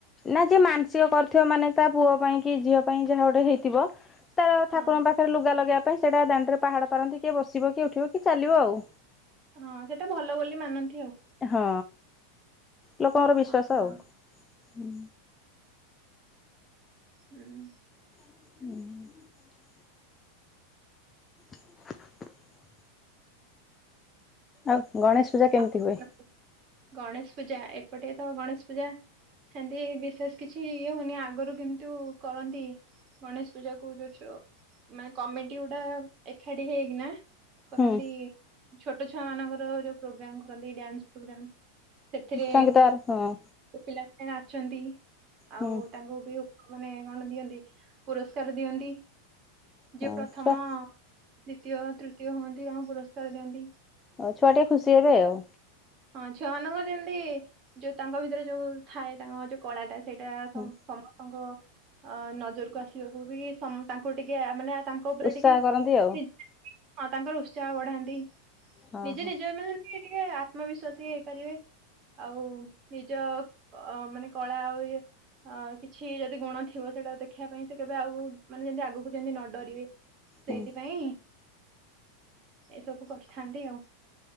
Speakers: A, on the left (about 15°); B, on the right (about 35°).
A: ନା କିଏ ମାନସିକ କରିଥିବ ମାନେ ତା ପୁଅ ପାଇଁ କି ଝିଅ ପାଇଁ ଯାହା ଗୋଟେ ହେଇଥିବ ତାର ଠାକୁରଙ୍କ
B: ହଁ
A: ପାଖରେ ଲୁଗା ଲଗେଇବା ପାଇଁ ସେଇଟା ଦାଣ୍ଡରେ ପାହାଡ଼ ପାରନ୍ତି କିଏ ବସିବ କିଏ ଉଠିବ କି ଚାଲିବ ଆଉ।
B: ହଁ ସେଇଟା ଭଲ ବୋଲି ମାନନ୍ତି ଆଉ।
A: ହଁ ଲୋକଙ୍କର ବିଶ୍ୱାସ
B: ହଁ ହଁ
A: ଆଉ।
B: ହୁଁ।
A: ହୁଁ। <inaudible> ଆଉ ଗଣେଶ ପୂଜା କେମିତି
B: ଆଉ କଣ
A: ହୁଏ?
B: ଗଣେଶ ପୂଜା ଏପଟେ ତ ଗଣେଶ ପୂଜା ସେତି ବିଶେଷ କିଛି ଇଏ ହୁଏନି ଆଗରୁ କିନ୍ତୁ କରନ୍ତି। ଗଣେଶ ପୂଜା କୁ ଯୋଉଛ ମାନେ କମେଟି ଗୁଡା ଏକାଠି ହେଇକି ନା କରନ୍ତି
A: ହୁଁ
B: ଛୋଟ ଛୁଆ ମାନଙ୍କର ଯୋଉ ପ୍ରୋଗ୍ରାମ କରନ୍ତି ଡ୍ୟାନ୍ସ ପ୍ରୋଗ୍ରାମ। ସେଥିରେ
A: ସଙ୍ଗୀତର ହଁ
B: ପିଲାମାନେ ନାଚନ୍ତି ଆଉ
A: ହୁଁ
B: ତାଙ୍କୁ ବି ମାନେ କଣ ଦିଅନ୍ତି ପୁରସ୍କାର ଦିଅନ୍ତି
A: ହଉ
B: ଯିଏ ପ୍ରଥମ
A: ଛୁଆ
B: ଦ୍ୱତୀୟ ତୃତୀୟ ହୁଅନ୍ତି ତାଙ୍କୁ ପୁରସ୍କାର ଦିଅନ୍ତି।
A: ହଉ ଛୁଆ ଟିକେ ଖୁସି ହେବେ ଆଉ।
B: ହଁ ଛୁଆମାନଙ୍କ ଯେମିତି ଯୋଉ ତାଙ୍କ ଭିତରେ ଯୋଉ ଥାଏ ତାଙ୍କ ଯୋଉ କଳା ଟା ସେଇଟା
A: ହୁଁ
B: ସମସ୍ତଙ୍କ ଅ ନଜରକୁ ଆସିବାକୁ ବି ତାଙ୍କୁ ଟିକେ ମାନେ ତାଙ୍କ ଉପରେ
A: ଉତ୍ସାହ
B: ଟିକେ
A: କରନ୍ତି ଆଉ
B: ହଁ ତାଙ୍କର ଉତ୍ସାହ ବଢାନ୍ତି
A: ହଁ
B: ନିଜେ
A: ହଁ
B: ନିଜ ମାନେ ଟିକେ ଆତ୍ମବିଶ୍ୱାସୀ ହେଇପାରିବେ ଆଉ ନିଜ ମାନେ କଳା ଆଉ ଇଏ ଅ କିଛି ଯଦି ଗୁଣ ଥିବ ସେଇଟା ଦେଖିବା ପାଇଁ ସେ କେବେ ଆଉ ମାନେ ଯେମିତି ଆଗକୁ ଯେମିତି ନ ଡରିବେ। ସେଇଥିପାଇଁ
A: ହୁଁ
B: ଏସବୁ କରିଥାନ୍ତି ଆଉ।